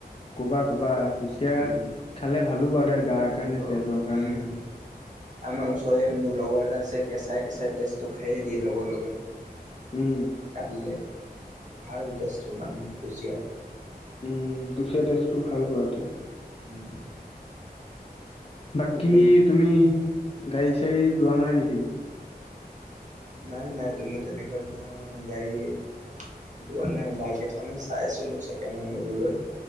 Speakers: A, on the left; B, on the right.
A: কবা কবা কুচিয়া
B: উম
A: খালে ভালো বাৰু তই গাৰ
B: ভাল
A: কাৰণে
B: পাব
A: তেজৰ কাৰণে।
B: উম আমাৰ ওচৰৰে মোৰ লগৰ এটা আছে কেঁচাই কেঁচাই তেজটো খায়ে দিয়ে লগৰ লগত।
A: উম
B: কাটিলে ভাল তেজটো মানুহ কুচিয়া।
A: উম কুচিয়া তেজটো ভাল কৰাটো।
B: উম।
A: বাকী
B: কিন্তু
A: তুমি গাড়ী চাড়ী লোৱা নাই নেকি?
B: নাই নাই তোমাৰ তেনেকা মোৰ গাড়ী লোৱা নাই বাইক এখো চাই আছিলো ছেকেণ্ড হেণ্ড লবলৈ।